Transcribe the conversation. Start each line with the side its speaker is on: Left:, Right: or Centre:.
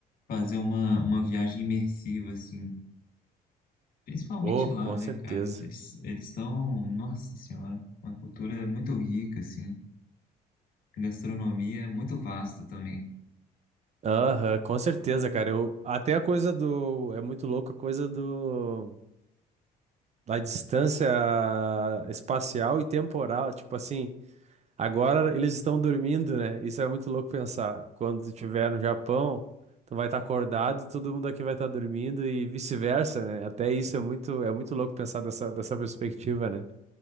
Left: fazer uma, uma viagem imersiva, assim. Principalmente
Right: Oh,
Left: lá,
Right: com certeza.
Left: né, cara? Eles eles são, nossa senhora, uma cultura muito rica, assim. Gastronomia muito vasta também.
Right: Aham, com certeza, cara. Eu, até a coisa do. É muito louco a coisa do. da distância espacial e temporal, tipo assim, agora eles estão dormindo, né? Isso é muito louco pensar. Quando tu estiver no Japão, tu vai estar acordado e todo mundo aqui vai estar dormindo e vice-versa, né? Até isso é muito, é muito louco pensar dessa, dessa perspectiva, né?